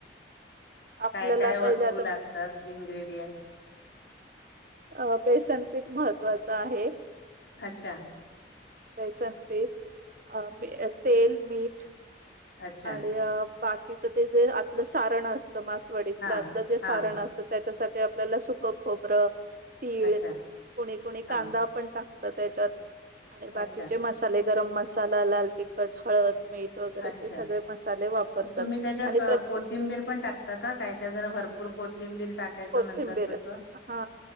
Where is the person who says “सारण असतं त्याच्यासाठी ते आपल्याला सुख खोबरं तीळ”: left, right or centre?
Right